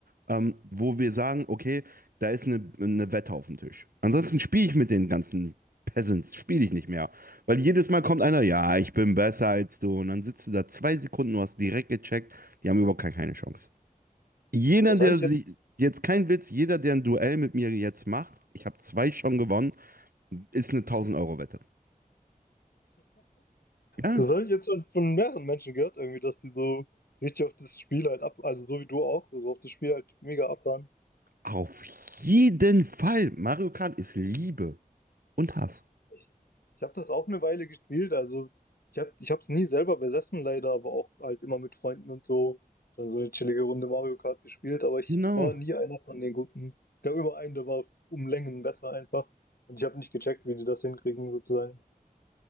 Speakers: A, on the right (about 75°); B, on the left (about 85°).
A: ähm, wo wir sagen, okay, da ist eine, eine Wette auf dem Tisch. Ansonsten spiele ich mit den ganzen Peasants, spiele ich nicht mehr. Weil jedes Mal kommt einer, ja, ich bin besser als du. Und dann sitzt du da zwei Sekunden, du hast direkt gecheckt, die haben überhaupt gar keine Chance. Jeder,
B: Das
A: der
B: habe ich
A: sich,
B: jetzt,
A: jetzt kein Witz, jeder, der ein Duell mit mir jetzt macht, ich habe zwei schon gewonnen, ist eine tausend euro wette Ja,
B: das habe ich jetzt schon von mehreren Menschen gehört, irgendwie, dass die so richtig auf das Spiel halt ab, also so wie du auch, so auf das Spiel halt mega abfahren.
A: Auf jeden Fall. Mario Kart ist Liebe und Hass.
B: Ich, ich habe das auch eine Weile gespielt, also ich habe, ich habe es nie selber besessen leider, aber auch halt immer mit Freunden und so, dann so eine chillige Runde Mario Kart gespielt, aber ich
A: Genau.
B: war nie einer von den Guten. Ich gab immer einen, der war um Längen besser einfach und ich habe nicht gecheckt, wie die das hinkriegen sozusagen.